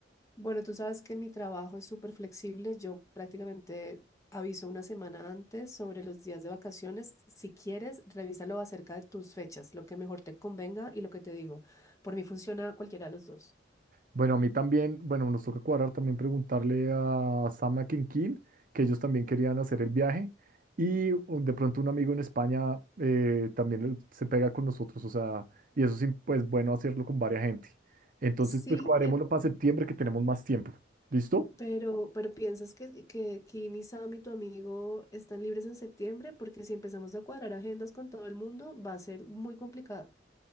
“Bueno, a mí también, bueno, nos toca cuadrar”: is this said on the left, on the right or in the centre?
Right